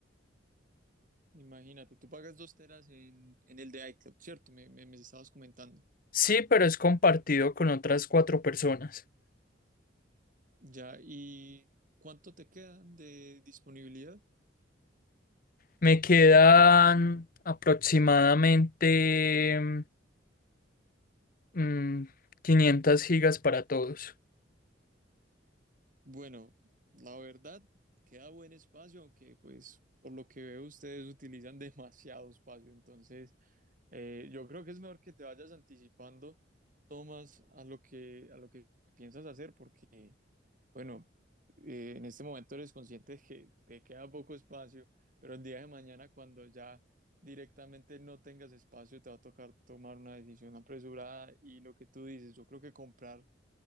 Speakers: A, on the right; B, on the left.
A: Imagínate, tú pagas dos teras en, en el de iCloud, ¿cierto? Me, me, me estabas comentando.
B: Sí, pero es compartido con otras cuatro personas.
A: Ya, ¿y cuánto te quedan de disponibilidad?
B: Me quedan aproximadamente mm, 500 gigas para todos.
A: Bueno, la verdad, queda buen espacio, aunque pues por lo que veo ustedes utilizan <laughs> demasiado espacio, entonces... Eh, yo creo que es mejor que te vayas anticipando, Tomás, a lo que, a lo que piensas hacer, porque, bueno, eh, en este momento eres consciente de que te queda poco espacio, pero el día de mañana, cuando ya directamente no tengas espacio, te va a tocar tomar una decisión apresurada y lo que tú dices, yo creo que comprar